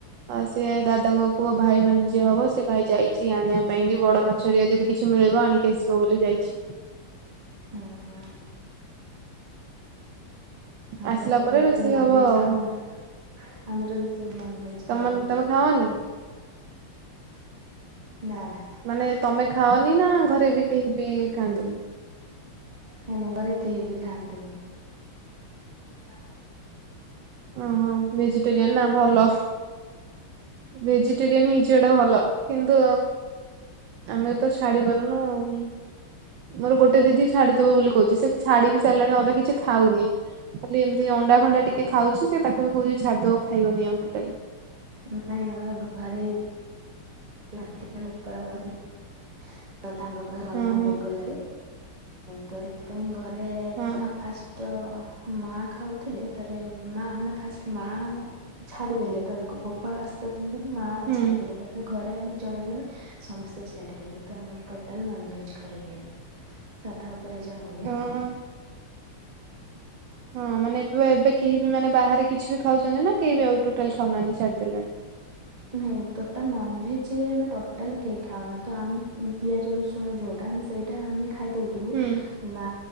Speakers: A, on the right; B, on the right.
A: ଆଉ ସିଏ ଦାଦାଙ୍କ ପୁଅ ଭାଇ ମାନେ ଯିଏ ହବ ସେ ଭାଇ ଯାଇଚି ଆଣିବା ପାଇଁ କି ବଡ ମା ଚରିଆ ଯଦି କିଛି ମିଳିବ ଆଣିକି ଆସିବ ବୋଲି ଯାଇଚି।
B: ହୁଁ ହୁଁ। ଆମର
A: ଆସିଲା ପରେ
B: ସେମତି
A: ରୋଷେଇ
B: ନନଭେଜ
A: ହବ ଆଉ
B: ଖାଉନା ଆମର ସେ ନନଭେଜ
A: ତମ
B: ଘରେ ହୁଏ
A: ତମେ ଖାଅନି?
B: ନା ନା।
A: ମାନେ ତମେ ଖାଅନି ନା ଘରେ ବି କେହି ବି ଖାଆନ୍ତିନି?
B: ନାଇଁ ନାଇଁ ଘରେ କେହି ବି ଖାଆନ୍ତିନି। <unintelligible>
A: ଓହୋ ଭେଜିଟେରିୟନ ନା ଭଲ। ଭେଜିଟେରିଆନ ହେଇଯିବାଟା ଭଲ କିନ୍ତୁ ଆମେ ତ ଛାଡି ପାରୁନୁ ମୋର ଗୋଟେ ଦିଦି ଛାଡିଦବ ବୋଲି ସେ ଛାଡି ବି ସାରିଲାଣି ଅଧା କିଛି ଖାଉନି ଖାଲି ଏମିତି ଅଣ୍ଡା ଫଣ୍ଡା ଟିକେ ଖାଉଚି ସେ ତାକୁ ବି କହୁଚି ଛାଡିଦବ ଖାଇବନି ଆଉ ଟୋଟାଲି।
B: ନାଇଁ ଆମର ଘରେ ଗୋପାଳ <unintelligible> ତ ତାଙ୍କ ପାଖ ଅନ
A: ହଁ ହଁ
B: ଭୋଗ ଲାଗେ। ତ ସେଥିପାଇଁ ଘରେ
A: ହଁ
B: ଯହା ଫାଷ୍ଟ ର ମା ଖାଉଥିଲେ ତାରେ ମା ନା ଫାଷ୍ଟ ମା ଛାଡିଦେଲେ ତାରେ ଗୋପାଳ ଆସିଲା <unintelligible> ମା
A: ହୁଁ
B: ଛାଡିଦେଲେ। ତାପରେ ଘରେ ଆମେ ଜଣେ ଜଣେ ସମସ୍ତେ ଛାଡିଦେଲୁ ତ ଆମର ଟୋଟାଲ ନନଭେଜ ଘରେ ହୁଏନି। ସାଧା ଉ ପରେ ଜା ହୁଏ
A: ଓହୋ
B: ଆଉ।
A: ହଁ ମାନେ ଏବେ ଏବେ କେହି ବି ମାନେ ବାହାରେ କିଛି ବି ଖାଉଛନ୍ତି ନା କେହି ବି ଆଉ ଟୋଟାଲ ଖାଉନାହାନ୍ତି ଛାଡିଦେଲେଣି?
B: ନାଇଁ ଟୋଟାଲ ନନଭେଜ ଆମେ ଟୋଟାଲ କେହି ଖାଉନା ତ ଆମେ ପିଆଜ ରସୁଣ ଯୋଉଟା ଆମେ ସେଇ ଏଇଟା ଆମେ ଖାଇ ଦଉଥିଲୁ
A: ହୁଁ
B: ମା